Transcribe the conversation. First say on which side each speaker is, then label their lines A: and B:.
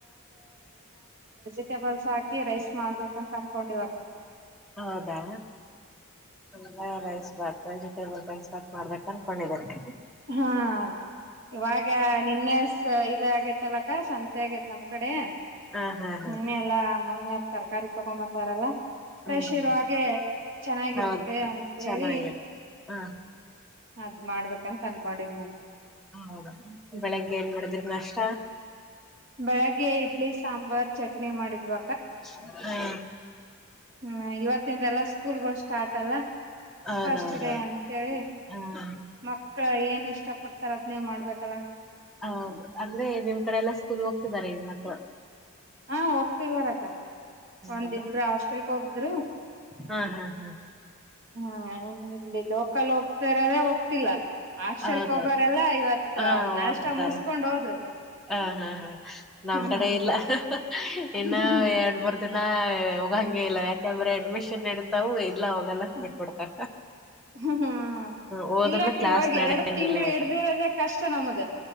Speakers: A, on the right; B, in the centre.
A: <unintelligible> ಬಲ್ಸ್ ಹಾಕಿ ರೈಸ್ ಮಾಡ್ಬೇಕಂತ ಅನ್ಕೊಂಡ ಇವಾಗ
B: ಹೌದಾ ಎಲ್ಲ ರೈಸ್ ಭಾತ್ ವೆಜಿಟೇಬಲ್ ಸ್ಟಾರ್ಟ ಮಾಡ್ಬೇಕ ಅನ್ಕೊಂಡಿದಿದ್ದಾರೆ
A: ಹಾ ಇವಾಗ ನಿನ್ನೆ ಇದ ಆಗೇತ್ತಲಕ್ಕ ಸಂಜ ಸಾಗೆಯ್ತ್ ನಮ್ಕ್ ಕಡೆ
B: ಹಾ ಹಾ ಹಾ
A: ನಿನ್ನ ಎಲ್ಲ ಮೊಮ್ಮ ಯಾರ ತರಕಾರಿ ತೊಗೊಂಡ್ ಬಂದಾರಲ್ಲಾ ಫ್ರೆಶ್
B: ಹ್ಮ್ ಹ್ಮ್
A: ಇರುವಾಗೆ ಚೆನ್ನಾಗಿರುತ್ತೆ
B: ಹೌದು
A: ಅಂತೇಳಿ
B: ಚೆನ್ನಾಗಿರ ಹ
A: ಅದ್ ಮಾಡ್ಬೇಕ ಕೆಂಪ್ ಅನ್ಕೊಂಡೀನಿ ನಾನ್
B: ಹೌದಾ ಬೆಳಿಗ್ಗೆ ಏನ್ ಮಾಡಡಿದ್ರ ನಷ್ಟ
A: ಬೆಳಗ್ಗೆ ಇಡ್ಲಿ ಸಾಂಬಾರ್ ಚಟ್ನಿ ಮಾಡಿದ್ವ
B: ಹ್ಮ
A: ಹ್ಮ ಇವತ್ತಿಂದ ಎಲ್ಲ ಸ್ಕೂಲ್ಗಳು ಸ್ಟಾರ್ಟ್ ಅಲ್ಲ
B: ಹೌದೌದೌದು
A: ಫಸ್ಟ್ ಡೇ ಅಂತೇಳಿ
B: ಹ್ಮ
A: ಮಕ್ಕಳ ಏನ್ ಇಷ್ಟ ಪಡ್ತಾರ ಅದ್ನೇ ಮಾಡ ಕಲಾಕ <unintelligible>
B: ಹ ಅಂದ್ರೆ ನಿಮ್ ಕಡೆ ಎಲ್ಲ ಸ್ಕೂಲ್ ಹೆಣ್ಮಕ್ಳು
A: ಹಾ ಹೋಗ್ತಿದರಕ್ಕ, ಒಂದಿಬ್ರು
B: ಹೌದಲ್ಲ
A: ಹಾಸ್ಟೆಲ್ಕ್ ಹೋಗುದ್ರು
B: ಹಾ ಹಾ ಹಾ
A: ಹಾ ಇಲ್ಲಿ ಲೋಕಲ್ ಹೋಗ್ಸಾರ್ರೆ ಹೋಗ್ಸಿಲ್ಲ ಹಾಸ್ಟೆಲ್ಕ್
B: ಹೌದೌದು
A: ಹೋಗೋರೆಲ್ಲಾ ಇವತ್
B: ಹಾ ಹೋಗ್ತಾರ
A: ನಾಷ್ಟ ಮುಸ್ಕೊಂಡ್ ಹೋದ್ರು
B: ಹ ಹಾ ಹಾ ನಮ್ಮ್
A: ಹ್ಮ್
B: ಕಡೆ ಇಲ್ಲ <unintelligible> ಇನ್ನ
A: ಹ್ಮ್
B: ಎರಡ್ ಬರ್ ಇದನ್ನ ಹೋಗಂಗ ಇಲ್ಲ ಯಾಕಂದ್ರೆ ಅಡ್ಮಿಷನ್ ನಡಿತಾವು ಇಲ್ಲ ಹೋಗಲ್ಲ
A: ಹ
B: ಬಿಟ್ಬಿಡ್ತಾರ
A: ಹ್ಮ್ ಹ್ಮ್
B: ಹೋದ್ರನು
A: ಇಲ್ಲಕ್ಕ
B: ಕ್ಲಾಸ್
A: ಇವಾಗ
B: ನಡೆಯಂಗಿಲ್ಲ
A: ಎರಡು ತಿಂಗಳು
B: ಇವಾಗ
A: ಹಿಡ್ದಿ್ರದೆ ಕಷ್ಟ ನಮ್ದ